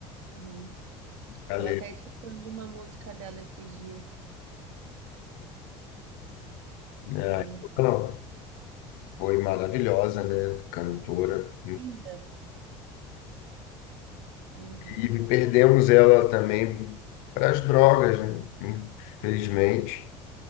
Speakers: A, on the right; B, on the left.
A: uhum.
B: galera,
A: Tava até escutando uma música dela esses dias,
B: né?
A: da Amy
B: Ela foi maravilhosa, né? Cantora
A: Ainda. Uhum.
B: E perdemos ela também para as drogas, né? Infelizmente.